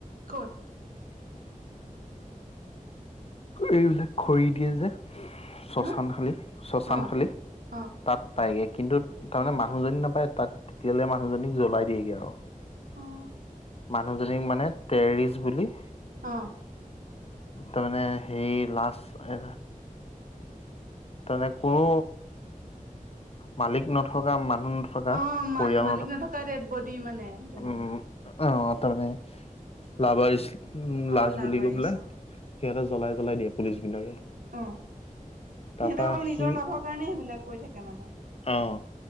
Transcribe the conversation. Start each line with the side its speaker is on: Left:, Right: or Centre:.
Right: ক'ত,
Left: এইবিলাক খৰি দিয়ে যে। শশান
Right: হা
Left: খালী শশান
Right: অ',
Left: খালী
Right: অ', অ',
Left: তাত পাইগে কিন্তু, তাৰমানে মানুহজনী নাপায় তাত তেতিয়াললে মানুহজনীক জ্বলাই দিয়েগে আৰু
Right: অ',
Left: মানুহজনীক মানে টেৰিষ্ট বুলি।
Right: অ,
Left: তাৰমানে সেই লাষ্ট তেনে কোনো মালিক নথকা মানুহ নথকা
Right: অ মা
Left: পৰিয়াল
Right: মালিক নথকা ডেড বডি মানে তেনেকুৱা।
Left: উম অ তাৰমানে লাবাৰ উ
Right: অ',
Left: লাজ
Right: লাভ
Left: বুলি
Right: আৰিছ
Left: কৈ পেলাই।
Right: অ',
Left: সিহঁতে জলাই জ্বলাই দিয়ে পুলিচ বিলাকে।
Right: অ সিহঁতৰ
Left: তাৰপা
Right: অকল
Left: সি
Right: নিজৰ লাভৰ কাৰণে সেইবিলাক কৰি থাকে মানে।
Left: অ